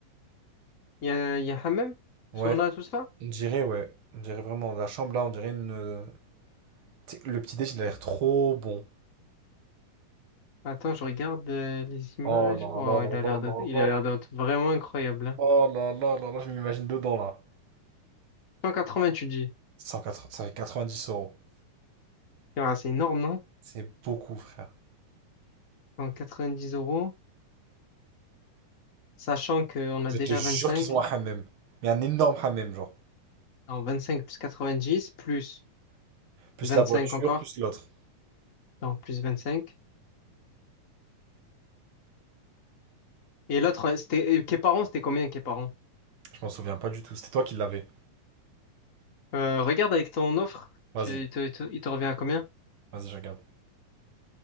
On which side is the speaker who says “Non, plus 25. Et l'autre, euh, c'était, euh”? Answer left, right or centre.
Left